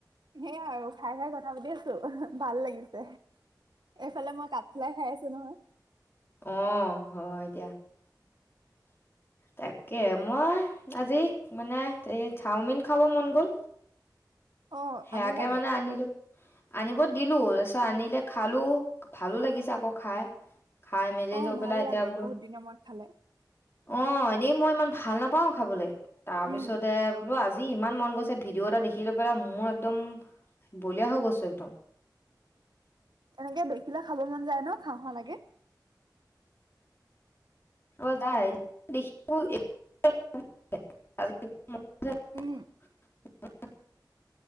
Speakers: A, on the right (about 80°); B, on the left (about 35°).
A: সেই আৰু খাই খাই কথা পাতি আছো ভাল লাগিছে। এইফালে মই কাঠফলাই খাই আছো নহয়।
B: অ হয় দিয়া। তাকে মই আজি মানে এই চাওমিন খাব মন গ'ল।
A: অ
B: সেয়াকে
A: আনি লাগে
B: মানে আনিলো। আনিব দিলো তাৰপিছত আনিলে খালোঁ ভালো লাগিছে আকৌ খাই। খাই মেলি
A: অ
B: লৈ পেলাই
A: ভাল
B: এতিয়া
A: লাগে
B: বোলো।
A: বহুত দিনৰ মূৰত খালে
B: অ এনেই মই ইমান ভাল নাপাওঁ খাবলে। তাৰ পিছতে
A: উম
B: বোলো আজি ইমান মন গৈছে ভিডিঅ এটা দেখি, সি লৈ পেলাই মোৰ একদম বলিয়া হৈ গৈছো একদম,
A: তাকে দেখিলে খাব মন যায় ন খাও খাও লাগে।
B: <unintelligible> <inaudible>
A: উম